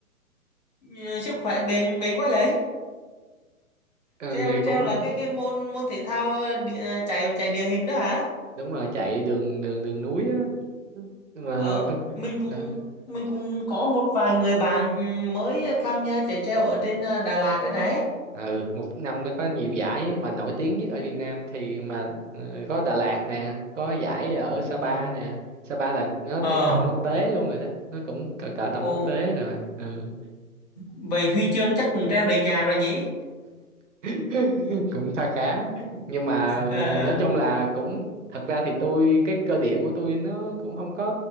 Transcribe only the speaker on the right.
ừ
thì cũng
đúng rồi chạy đường đường đường núi á nhưng mà
<laughs>
ừ một năm nó có nhiều giải mà nổi tiếng nhất ở Việt Nam thì mà ờ, có Đà Lạt nè có giải ở Sapa
nè Sapa là nó
đang tầm quốc tế luôn rồi đó nó cũng cỡ cỡ tầm
quốc tế rồi ừ
<laughs> cũng khá khá nhưng mà
nói chung là cũng thật ra thì tôi cái cơ địa của tôi nó cũng không có